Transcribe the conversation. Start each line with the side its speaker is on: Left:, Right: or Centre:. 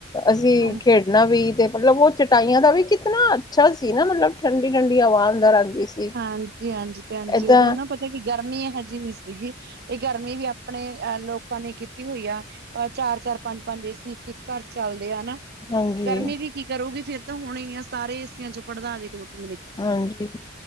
Left: ਅਸੀਂ
Right: ਹਾਂਜੀ,
Left: ਖੇਡਣਾ ਵੀ ਤੇ ਮਤਲਬ ਉਹ ਚਟਾਈਆਂ ਦਾ ਵੀ ਕਿਤਨਾ ਅੱਛਾ ਸੀ ਨਾ ਮਤਲਬ ਠੰਡੀ ਠੰਡੀ ਹਵਾ ਅੰਦਰ ਆਉਂਦੀ ਸੀ
Right: ਹਾਂਜੀ ਹਾਂਜੀ ਭੈਣਜੀ
Left: ਏਦਾਂ
Right: ਉਦੋਂ ਨਾ ਪਤਾ ਕਿ ਗਰਮੀ ਇਹੋ ਜਿਹੀ ਨੀ ਸੀਗੀ ਇਹ ਗਰਮੀ ਵੀ ਆਪਣੇ ਅਹ ਲੋਕਾਂ ਨੇ ਕੀਤੀ ਹੋਈ ਆ ਪਰ ਚਾਰ ਚਾਰ ਪੰਜ ਪੰਜ ਏ ਸੀ ਇਕ ਇਕ ਘਰ ਚੱਲਦੇ ਆ ਨਾ
Left: ਹਾਂਜੀ।
Right: ਗਰਮੀ ਵੀ ਕੀ ਕਰੂਗੀ ਫੇਰ ਤਾਂ ਹੋਣੀ ਹੀ ਐ ਸਾਰੇ ਏਸੀਆਂ ਚੋਂ ਭੜਾਸ ਹੀ ਨਿਕਲੂਗੀ
Left: ਹਾਂਜੀ